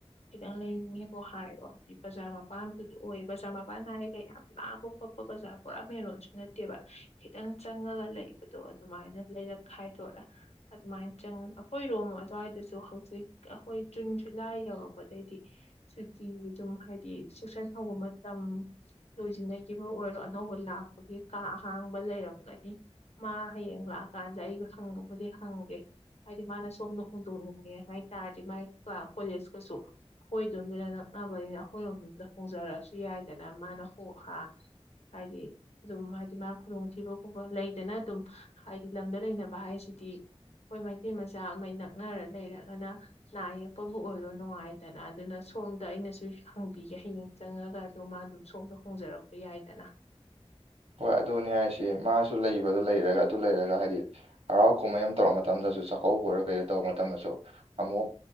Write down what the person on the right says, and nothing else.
ꯍꯣꯏ ꯑꯗꯨꯅꯦ ꯍꯥꯏꯁꯦ ꯃꯥꯁꯨ ꯂꯩꯕꯗꯨ ꯂꯩꯔꯒ ꯑꯗꯨ ꯂꯩꯔꯒ ꯍꯥꯏꯗꯤ ꯍꯔꯥꯎ ꯀꯨꯝꯍꯩ ꯑꯝ ꯇꯧꯔꯛ ꯃꯇꯝꯗꯁꯨ ꯆꯥꯛꯀꯧꯕ ꯑꯣꯏꯔꯣ ꯀꯩꯑꯣ ꯇꯧꯕ ꯃꯇꯝꯗꯁꯨ ꯑꯃꯨꯛ